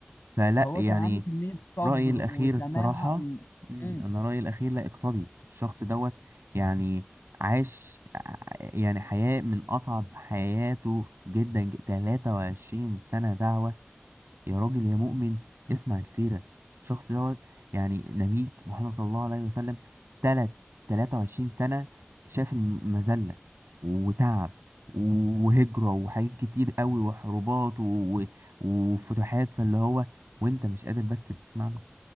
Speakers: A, on the right (about 75°); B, on the left (about 65°).
A: فلا
B: هو
A: يعني
B: كان عنده كمية صبر
A: رأيي الأخير
B: وسماحة
A: الصراحة مم،
B: مم.
A: أنا رأيي الأخير لا اقتضي الشخص دوت يعني عاش ع- يعني حياة من أصعب حياته جدا تلاتة وعشرين سنة دعوة يا راجل يا مؤمن اسمع السيرة الشخص دوت يعني نبيك محمد صلى الله عليه وسلم تلت 23 سنة شاف المذلة وتعب و- وهجرة وحاجات كتير قوي وحروبات و... و- وفتوحات فاللي هو وانت مش قادر بس تسمع له